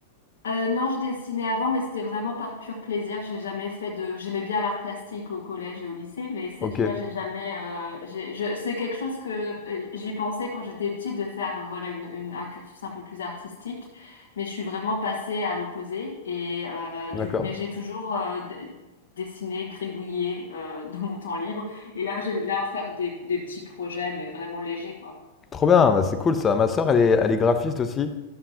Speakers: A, on the left; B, on the left.
A: Euh, non, je dessinais avant, mais c'était vraiment par pur plaisir. J'ai jamais fait de. J'aimais bien l'art plastique au collège et au lycée, mais c'est,
B: Ok,
A: tu vois, j'ai jamais. euh, j'ai, je, c'est quelque chose que euh, j'y pensais quand j'étais petite de faire, euh, voilà, une, une- un cursus un peu plus artistique, mais je suis vraiment passée à l'opposé. Et euh, du,
B: d'accord.
A: mais j'ai toujours euh, d- dessiné, gribouillé euh, dans mon temps libre. Et là, j'aime bien faire des, des petits projets, mais vraiment légers, quoi.
B: Trop bien, bah, c'est cool ça. Ma sœur, elle est, elle est graphiste aussi